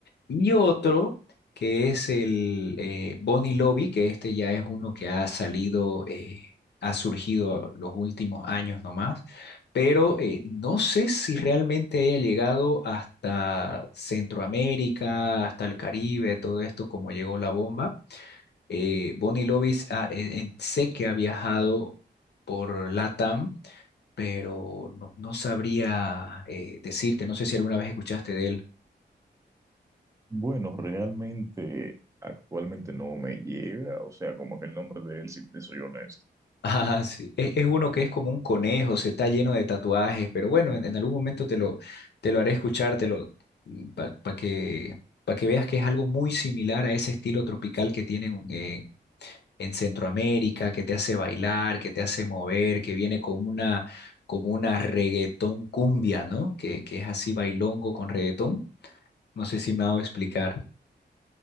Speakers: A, on the left; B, on the right.
A: Y otro, que es el eh, Bonnie Lobby, que este ya es uno que ha salido, eh, ha surgido los últimos años nomás, pero eh, no sé si realmente haya llegado hasta Centroamérica, hasta el Caribe, todo esto como llegó la bomba. Eh, Bonnie Lovis ah, eh, eh, sé que ha viajado por LATAM, pero no, no sabría eh, decirte, no sé si alguna vez escuchaste de él. <laughs>
B: Bueno, realmente actualmente no me llega, o sea, como que el nombre de él, si te soy honesto.
A: Ah, sí. Es, es uno que es como un conejo, se está lleno de tatuajes, pero bueno, en, en algún momento te lo, te lo haré escuchar, te lo, para que, pa que veas que es algo muy similar a ese estilo tropical que tienen eh, en Centroamérica, que te hace bailar, que te hace mover, que viene con una, como una reggaetón cumbia, ¿no? Que, que es así bailongo con reggaetón. No sé si me hago explicar.